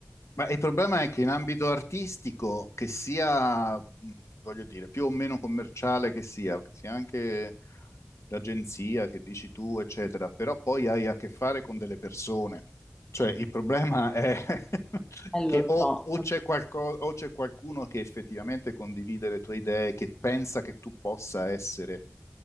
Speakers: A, on the left; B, on the left.
A: Ma il problema è che in ambito artistico, che sia, mh, voglio dire, più o meno commerciale che sia, che sia anche l'agenzia che dici tu, eccetera, però poi hai a che fare con delle persone. Cioè, il problema è <laughs>
B: eh,
A: che
B: lo
A: o,
B: so,
A: o c'è qualco- o c'è qualcuno che effettivamente condivide le tue idee, che pensa che tu possa essere